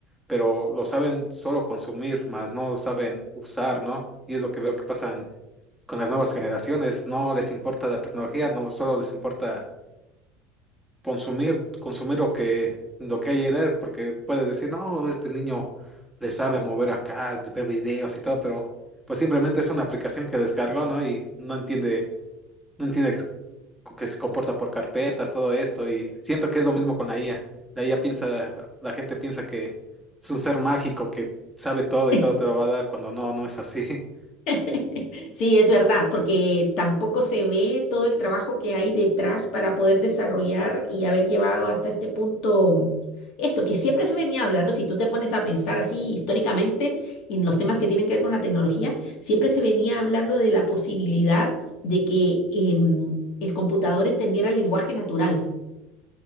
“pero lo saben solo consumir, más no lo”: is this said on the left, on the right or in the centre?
Centre